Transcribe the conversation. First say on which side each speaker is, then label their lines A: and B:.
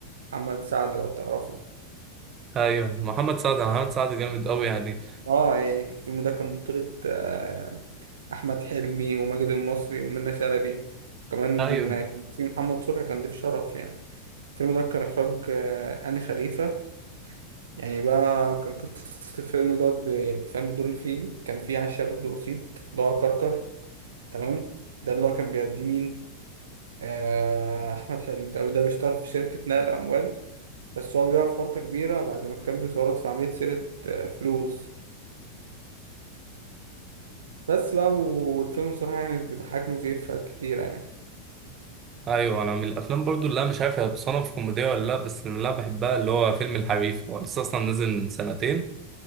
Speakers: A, on the right (about 65°); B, on the right (about 30°).
A: محمد سعد لو تعرفه
B: ايوه محمد سعد محمد سعد جامد قوي يعني
A: اه يعني الفيلم ده كان بطولة آه، احمد حلمي وماجد المصري ومنى شلبي وكمان
B: ايوه
A: كان في محمد صبحي كان ضيف شرف يعني الفيلم ده كان اخراج آه، هاني خليفه يعني بقى كان قصه الفيلم دوت ب- فاهم الدور اللي فيه كان فيه شاب بسيط اللي هو كركر تمام ده اللي هو كان بيأدي مين آه، احمد حلمي ده ده بيشتغل في شركه نقل اموال بس هو بيقع في ورطه كبيره بعد ما كان بيتورط في عمليه سرقه آه، فلوس بس بقى والفيلم صراحه يعني بيضحكني وفيه إفيهات كتيره
B: ايوه انا من الافلام برضو اللي انا مش عارف هي بتصنف كوميديا ولا لا بس اللي انا بحبها اللي هو فيلم الحريف هو لسه اصلا نزل من سنتين